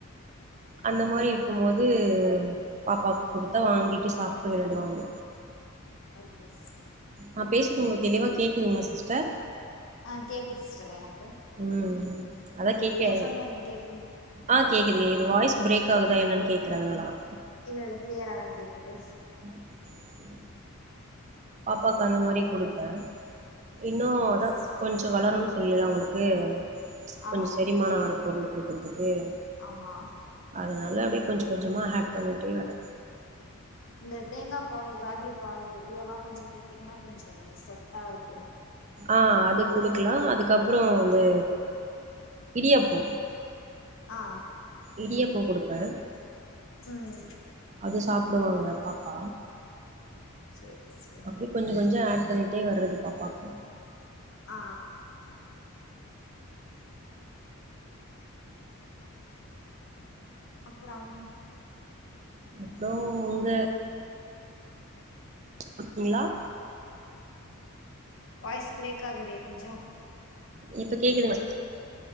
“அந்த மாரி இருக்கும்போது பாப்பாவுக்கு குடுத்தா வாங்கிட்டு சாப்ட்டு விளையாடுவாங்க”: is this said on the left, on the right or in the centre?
Right